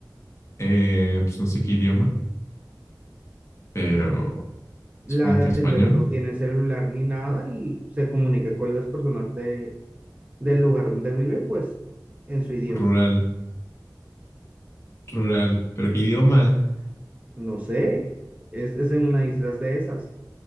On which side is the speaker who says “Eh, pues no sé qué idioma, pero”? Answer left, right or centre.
Left